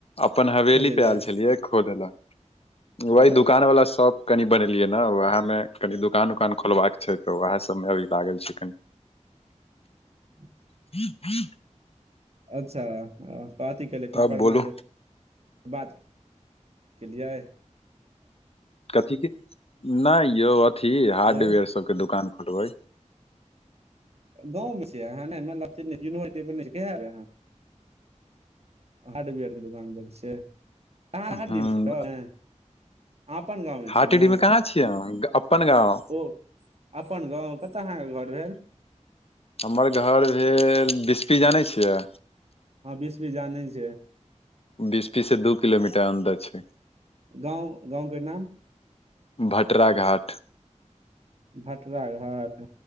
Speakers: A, on the left; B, on the right.
A: अपन हवेली
B: खोजै लए
A: पे आयल छलियै खोले लय
B: ओ
A: वहि दुकान वाला शॉ- कनि बनेलियै ने वैह मे कनि दुकान उकान खोलबाक छैय तऽ वैह सबमे अभी लागल छियै कनि
B: <inaudible>
A: <unintelligible>
B: अच्छा कथी केे ले कम्प्रमाइज
A: तब बोलू
B: बात <inaudible> केलियै
A: कथी केँ नै यौ अथी हार्डवेयर
B: हेयौ
A: सब केँ दोकान खोलबै
B: गाँव मे छियै <unintelligible> -कहिया एबै अहाँ हार्डवेयर के दोकान खोलै छियै <unintelligible>
A: ह
B: दिन छियै ने रौ नहि अहाँ अपन गाँव में
A: हाटीडी
B: छियै न
A: मे कहाँ छियै अहाँ? अपन गाँव
B: <inaudible> ओ अपन गाँव कतऽ अहाँ कऽ घर भेल
A: हमर घर भेल बिस्फी जानै छियै
B: हऽ बीस्फी जानै छियै
A: बिस्फी से दू किलोमीटर अन्दर छैय <inaudible>
B: गाँव गाँवके नाम
A: भटरा घाट
B: भटरा घाट